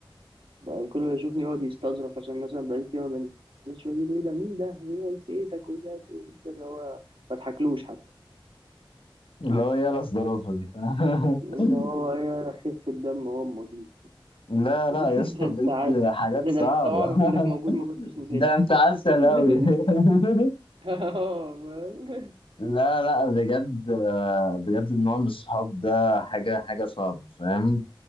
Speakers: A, on the right; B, on the left.
A: بقى كل ما يشوفني يقعد يستظرف عشان مثلا بقالي كتير ما بنزلش يقول لي ايه ده مين ده؟ اللي هو نسيتك ومش عارف ايه أنت اللي هو ما تضحكلوش حتى
B: اللي هو ايه يلا الظروف دي فاهم؟
A: اللي
B: <laughs>
A: هو يا خف الدم وامه دي
B: لا
A: <laughs>
B: لا يا اسطى
A: ده انت
B: بجد
A: عسل
B: حاجات
A: ده
B: صعبة
A: انا لو اعرف
B: <laughs>
A: انك موجود ما كنتش نزلت
B: ده انت عسل
A: <laughs>
B: اوي <laughs>
A: اه فاهم؟
B: لا لا بجد بجد النوع من الصحاب ده حاجة حاجة صعبة فاهم